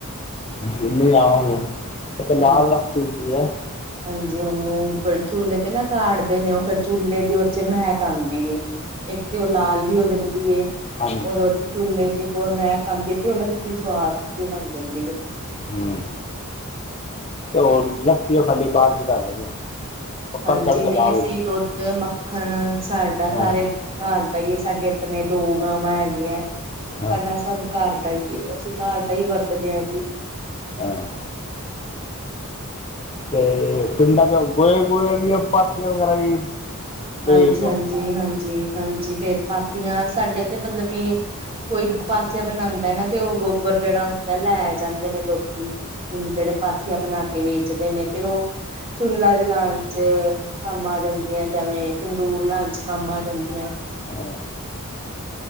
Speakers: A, on the left (about 30°); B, on the right (about 25°).
A: ਨਹੀਂ ਆਵਾਂਗੇ, ਇੱਕ ਲਾਲ
B: ਹਾਂ
A: ਲੱਸੀ ਹੁੰਦੀ ਆ।
B: ਹਾਂਜੀ ਉਹਨੂੰ ਚੂਲੇ ਤੇ ਨਾ ਕਾੜ ਦੇ ਨੇ ਉਹ ਫੇਰ ਚੁੱਲ੍ਹੇ ਦੀ ਉਹ ਚ ਮਹਿਕ ਆਉਂਦੀ ਏ। ਇੱਕ ਤੇ ਉਹ ਲਾਲ ਵੀ ਹੋ ਜਾਂਦੀ ਏ।
A: ਹਾਂਜੀ
B: ਉਹ ਚੁਲੇ ਦੀ ਬ ਮੈਂ ਖਾਂਦੀ ਸੀ ਉਹ ਲੱਸੀ ਸਵਾਦ ਵੀ ਬਣ ਜਾਂਦੀ ਏ।
A: ਹੂੰ, ਤੇ ਉਹ ਲੱਸੀ ਉਹ ਖਾਲੀ ਕਾੜ ਦੀ ਦੱਸ ਦੇਣੀ ਆ। ਉਹ
B: ਹਾਂਜੀ
A: ਕੜ ਕੜ ਕੇ
B: ਨਹੀਂ
A: ਲਾਲ
B: ਅਸੀਂ
A: ਹੋ ਜਾਂਦੀ
B: ਦੁੱਧ, ਮੱਖਣ ਸਾਡਾ ਸਾਰੇ
A: ਹੈ ਹਾਂ
B: ਘਰ ਦਾ ਹੀ ਹੈ ਸਾਡੇ ਆਪਣੇ ਦੋ ਗਾਵਾਂ ਹੈਗੀਆ ਸਾਡਾ
A: ਹਾਂ
B: ਸਭ ਘਰ ਦਾ ਹੀ ਏ ਅਸੀਂ ਘਰ ਦਾ ਹੀ ਵਰਤਦੇ ਆ ਜੀ।
A: ਹੂੰ ਤੇ ਪਿੰਡਾਂ ਚ ਗੋਹੇ ਗੋਹੇ ਵੀ ਪਾਥੀਆਂ ਵਗੈਰਾ ਵੀ ਬਈ
B: ਹਾਂਜੀ-ਹਾਂਜੀ ਹਾਂਜੀ ਹਾਂਜੀ ਫੇਰ ਪਾਥੀਆਂ ਸਾਡੇ ਤੇ ਮਤਲਬ ਕਿ ਕੋਈ ਪਾਥੀਆ ਬਣਾਉਂਦਾ ਨਾ ਤੇ ਉਹ ਗੋਬਰ ਜਿਹੜਾ ਹੁੰਦਾ ਲੈ ਜਾਂਦੇ ਨੇ ਲੋਕੀ। ਜਿੰਨੀ ਜਿਹੜੇ ਪਾਥੀਆਂ ਬਣਾ ਕੇ ਵੇਚਦੇ ਨੇ ਫੇਰ ਉਹ ਚੁੱਲਾ ਜਲਾਣ ਚ ਕੰਮ ਆ ਜਾਂਦੀਆਂ ਜਿਵੇਂ ਤੰਦੂਰ ਲਾਉਣ ਚ ਕੰਮ ਆ ਜਾਂਦੀਆਂ।
A: ਹੂੰ